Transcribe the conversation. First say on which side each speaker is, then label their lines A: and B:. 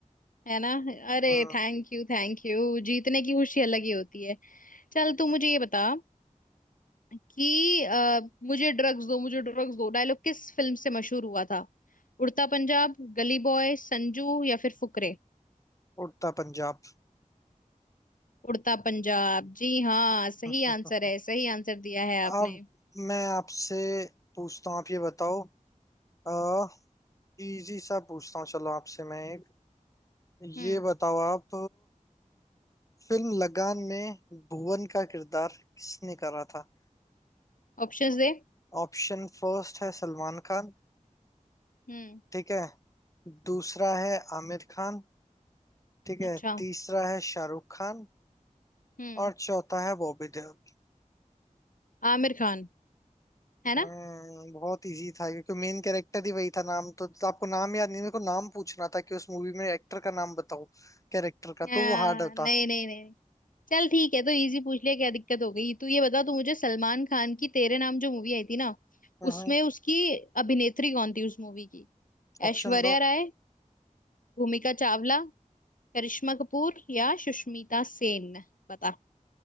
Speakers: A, on the left; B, on the left.
A: है ना अरे
B: हम्म
A: थैंक यू थैंक यू जीतने की खुशी अलग ही होती है चल तू मुझे ये बता कि अ, मुझे ड्रग्स दो मुझे ड्रग्स दो डायलॉग किस फिल्म से मशहूर हुआ था उड़ता पंजाब गली बॉय संजू या फिर फुकरे
B: उड़ता पंजाब
A: उड़ता पंजाब जी हाँ सही
B: <laughs>
A: आंसर है सही आंसर दिया है आपने
B: अब मैं आपसे पूछता हूँ आप ये बताओ आ, इजी सा पूछता हूँ चलो आपसे मैं एक ये
A: हम्म
B: बताओ आप फिल्म लगान में भुवन का किरदार किसने करा था
A: ऑप्शंस दे
B: ऑप्शन फर्स्ट है सलमान खान
A: हम्म
B: ठीक है दूसरा है आमिर खान ठीक है
A: अच्छा
B: तीसरा है शाहरुख खान
A: हम्म
B: और चौथा है बॉबी देओल
A: आमिर खान है ना
B: हम्म, बहुत इजी था क्योंकि मेन कैरेक्टर ही वही था नाम तो, तो आपको नाम याद नहीं मेरे को नाम पूछना था कि उस मूवी में एक्टर का नाम बताओ कैरेक्टर का तो
A: आ,
B: वो हार्ड होता
A: नहीं नहीं नहीं चल ठीक है तो इजी पूछ लिया क्या दिक्कत हो गई तू ये बता तू मुझे सलमान खान की तेरे नाम जो मूवी आई थी ना
B: हम्म
A: उसमें उसकी अभिनेत्री कौन थी उस मूवी की
B: ऑप्शन
A: ऐश्वर्या
B: दो
A: राय भूमिका चावला करिश्मा कपूर या सुष्मिता सेन बता